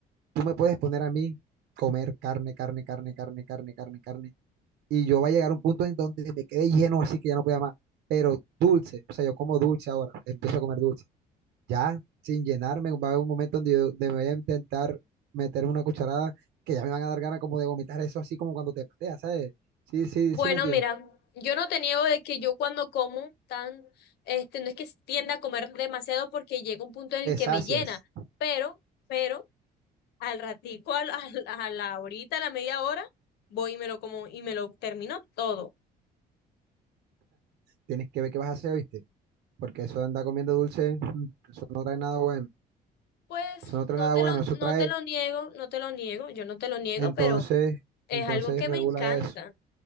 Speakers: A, on the right (about 75°); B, on the left (about 75°).
A: Tú me puedes poner a mí comer carne, carne, carne, carne, carne, carne, carne. Y yo va a llegar a un punto en donde me quede lleno, así que ya no pueda más. Pero dulce, o sea, yo como dulce ahora, empiezo a comer dulce. Ya, sin llenarme, va a haber un momento donde yo donde me voy a intentar meter una cucharada que ya me van a dar ganas como de vomitar eso, así como cuando te pateas, ¿sabes? Sí, sí,
B: Bueno,
A: sí, me entiendes.
B: mira, yo no te niego de que yo cuando como tan, este, no es que tienda a comer demasiado porque llega un punto en
A: Te
B: el que
A: sacias.
B: me llena, pero, pero, al ratico, al- al- a la horita, a la media hora, voy y me lo como y me lo termino todo.
A: Tienes que ver qué vas a hacer, ¿viste? Porque eso de andar comiendo dulce, mm, eso no trae nada bueno.
B: Pues
A: Eso no trae
B: no
A: nada
B: te
A: bueno,
B: lo,
A: eso
B: no
A: trae,
B: te lo niego, no te lo niego, yo no te lo niego,
A: entonces,
B: pero es
A: entonces
B: algo que
A: regula
B: me encanta,
A: eso.